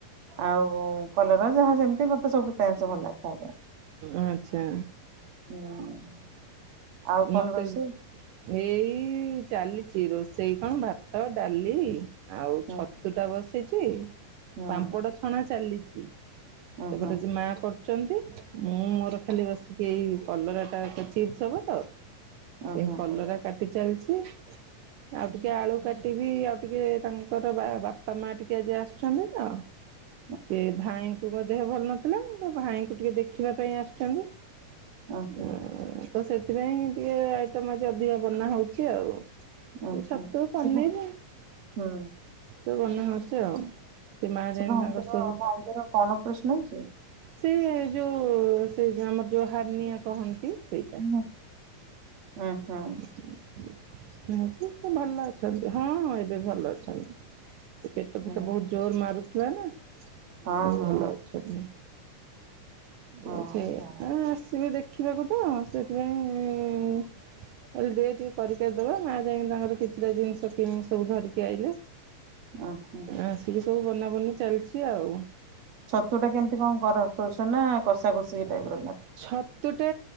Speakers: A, on the right; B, on the right.
A: ଆଉ କଲର ଯାହା ଯେମତି ମତେ ସବୁ ପ୍ୟାନ୍ ଭଲ ଲାଗେ ଖାଇବାକୁ।
B: ଆଚ୍ଛା।
A: <unintelligible> ଆଉ କଣ
B: ମୋତେ
A: ରୋଷେଇ
B: ଏଇ ଚାଲିଚି ରୋଷେଇ କଣ ଭାତ, ଡାଲି ଆଉ
A: ହୁଁ
B: ଛତୁ ଟା ବସିଛି।
A: ହୁଁ।
B: ପାମ୍ପଡ଼ ଛଣା ଚାଲିଚି।
A: ଉହୁଁ
B: ସେପଟେ ସେ ମା କରୁଚନ୍ତି। ମୁଁ ମୋର ଖାଲି ବସିକି ଏଇ କଲରା ଟା କର ଚିପ୍ସ ହବ ତ
A: ଉହୁଁ
B: ଏଇ କଲରା କାଟି ଚାଲିଛି। ଆଉ ଟିକେ ଆଳୁ କାଟିବି ଆଉ ଟିକେ ତାଙ୍କର ବା- ବାପା ମାଆ ଟିକେ ଆଜି ଆସୁଛନ୍ତି ତ।
A: ହ
B: ସେ ଭାଇଙ୍କୁ ମୋ ଦେହ ଭଲ ନଥିଲା ତ ଭାଇଙ୍କୁ ଟିକେ ଦେଖିବା ପାଇଁ ଆସିଛନ୍ତି। ଅଁ,
A: ଉହୁଁ
B: ତ ସେଥିପାଇଁ ଟିକେ ଆଇଟମ ଆଜି ଅଧିକା ବନା ହଉଛି ଆଉ।
A: ଓହୋ,
B: ଏ ଛତୁ ପନିର
A: ସେବା ହଁ।
B: ସବୁ ବନା ହଉଛି ଆଉ। ମା ଯାଇକି
A: ସେ ଭାଇଙ୍କର
B: ତାଙ୍କର ସବୁ
A: ଭାଇଙ୍କର କଣ ଅପ୍ରେସନ୍ ହେଇଛି?
B: ସେ ଯୋଉ ସେ ଯେ ଆମର ଯୋଉ ହାନିଆ କହନ୍ତି ସେଇ।
A: ମୁଁ ଓ ହଁ।
B: ଏବେ ସିଏ ଭଲ ଅଛନ୍ତି। ହଁ ହଁ ଏବେ ଭଲ ଅଛନ୍ତି। ସେ ପେଟ ଫେଟ
A: ହୁଁ।
B: ବହୁତ ଜୋର ମାରୁଥିଲା ନା ଏବେ
A: ହଁ ହଁ
B: ଭଲ ଅଛନ୍ତି।
A: ହଁ
B: ଯୋଉ ସିଏ
A: ହଁ।
B: ଆ, ଆସିବେ ଦେଖିବାକୁ ତ ସେଥିପାଇଁ ଆରେ ଦେ ଟିକେ କରି କାରି ଦବା ମା ଯାଇକି ତାଙ୍କର କିଛିଟା ଜିନିଷ କିଣିକି ସବୁ ଧରିକି ଆଇଲେ।
A: ଓହୋ
B: ଆସିକି ସବୁ ବନାବନି ଚାଲିଛି ଆଉ।
A: ଛତୁ ଟା କେମିତି କଣ କର କଷା ନା କଷ କଷି ଟାଇପ
B: ଏଁ,
A: ର
B: ଛତ ତୁ ଟେ